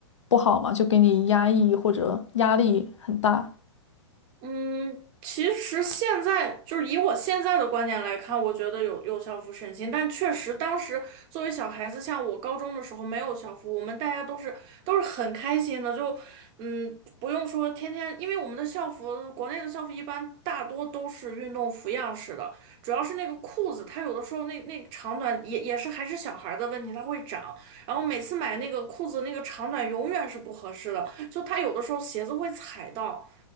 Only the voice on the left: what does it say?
不好吗？就给你压抑或者压力很大。